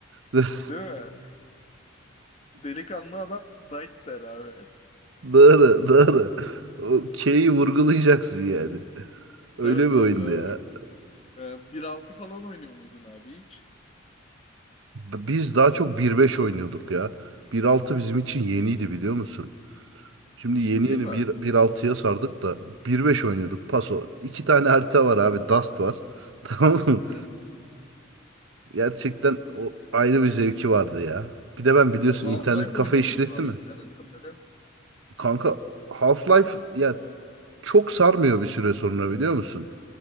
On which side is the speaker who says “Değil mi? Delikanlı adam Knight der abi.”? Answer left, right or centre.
Left